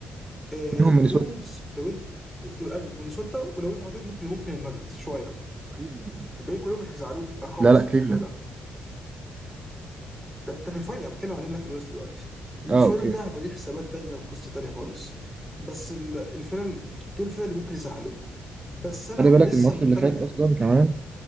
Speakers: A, in the centre; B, on the right.
A: آه،
B: منهم مينيسوتا
A: الولفز لو انت والنسوتا ولو انت حطيت ممكن ممكن الناجتس شويه
B: وكليفلاند
A: الباقيين كلهم مش هيزعلوك خالص
B: لا لا
A: في
B: كليفلاند
A: الموضوع ده ده, ده في الفاينل انا بتكلم علينا في الويست دلوقتي الفاينل
B: اه اوكي
A: ده هيبقى ليه حسابات تانية وقصة تانية خالص بس ال- الفاينل دول الفرق اللي ممكن يزعلوك بس انا
B: خلي بالك
A: لسه
B: الماتش
A: مقتنع
B: اللي فات اصلا كمان